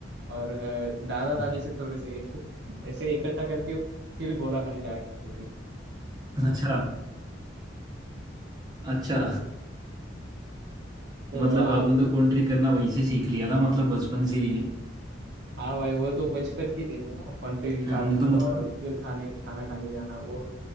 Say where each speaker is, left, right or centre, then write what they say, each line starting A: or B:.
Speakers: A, on the right; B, on the right.
A: और दादा दादी
B: अच्छा
A: से थोड़े से <laughs> ऐसे इकट्ठा करके फिर गोला खाने जाया करते थे
B: अच्छा अच्छा
A: तो
B: मतलब
A: आप
B: आपने तो कंट्री करना वहीं से सीख लिया था मतलब बचपन से ही है
A: हाँ भाई वो तो बचपन की देन है ना कंट्री निकालना
B: हमने तो मतलब
A: और फिर खाने खाना खाने जाना वो